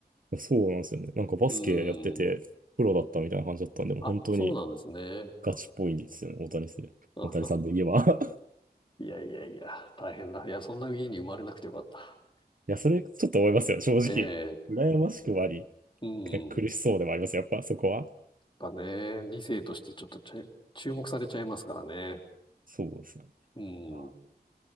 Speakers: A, on the right; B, on the left.
A: いやそうなんですよね。なんかバスケやってて、
B: うーん。
A: プロだったみたいな感じだったんで、もう本当に
B: あ、そうなんですね。
A: ガチっぽいんですよね、大谷選手。
B: あ
A: 大谷さんといえば <laughs>
B: いやいやいや、大変だ。いや、そんな家に生まれなくてよかった。
A: いや、それちょっと思いますよ、正直。
B: ええ、
A: 羨ましくもあり、
B: うん。
A: ね苦しそうでもあります、
B: やっ
A: やっぱそこは。
B: ぱね、2世としてちょっとちゃ注目されちゃいますからね。
A: そうですよね。
B: う
A: わ
B: ん。